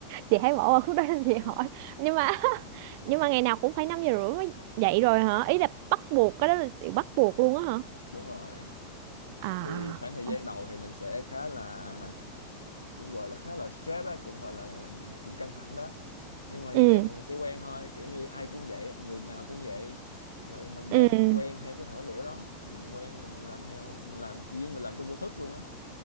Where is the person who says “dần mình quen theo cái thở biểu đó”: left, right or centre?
Left